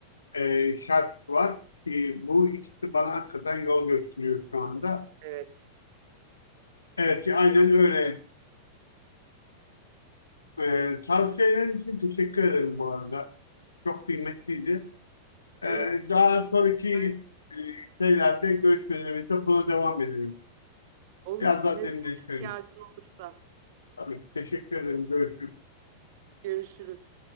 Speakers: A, on the left; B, on the right.
A: e, şarkısı var. E, bu ikisi bana hakikaten yol gösteriyor şu anda.
B: Evet.
A: Evet aynen
B: Yapmalı.
A: öyle. E, tavsiyeleriniz için teşekkür ederim bu arada. Çok kıymetliydi. Ee,
B: Evet.
A: daha sonraki
B: Haydi.
A: e, şeylerde görüşmelerimizde buna devam edelim.
B: Olur.
A: Biraz daha
B: Ne
A: derinleştirelim.
B: zaman ihtiyacın olursa.
A: Tabii, teşekkür ederim. Görüşürüz.
B: Görüşürüz.